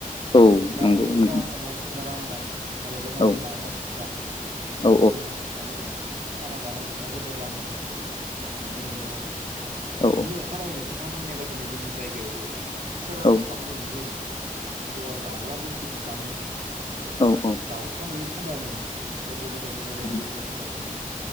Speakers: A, on the left; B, on the right.
A: औ
B: गामियाव
A: नंगौ
B: गोबां
A: नंगौ
B: अमा बुथारना राननाय माने जमा
A: औ
B: जमा अमा फिनाय
A: औ
B: बिदि अमा होबथनानै खाना जानाय अमा बेदर राननायफोरखौ आं नुनो मोनदों आरो
A: औ
B: बिनि अखानायै नोंथाङा बुंनाय बायदिनो जोंनि जायगायावबो सोरांस्लाबनो
A: औ
B: मोनै जेराव दाउला गोसिबानो
A: औ औ
B: दाउखा नुयै समावनो गोदो गोदायनि बोराय
A: औ
B: बुरैफोरा बुंनाय बायदि